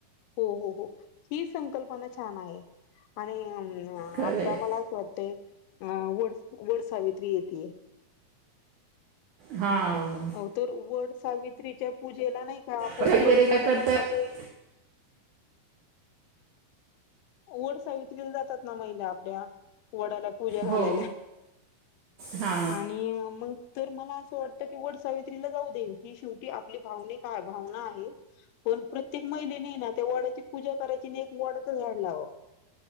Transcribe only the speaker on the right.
खरंय
हा हो
पैसे
वगैरे काय
करतात
हो हा